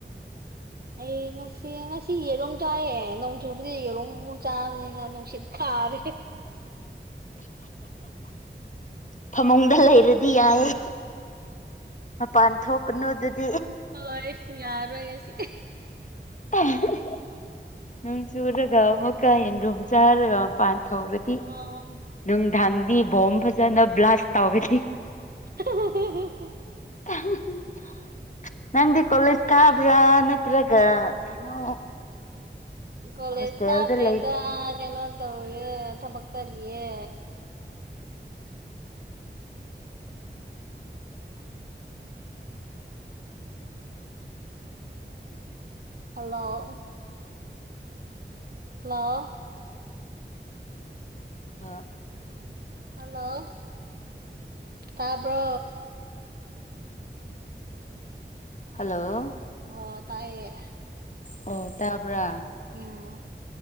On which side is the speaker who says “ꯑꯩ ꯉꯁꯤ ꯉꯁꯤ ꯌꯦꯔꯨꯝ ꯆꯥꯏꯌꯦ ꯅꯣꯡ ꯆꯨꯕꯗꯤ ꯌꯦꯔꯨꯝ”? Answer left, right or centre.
Right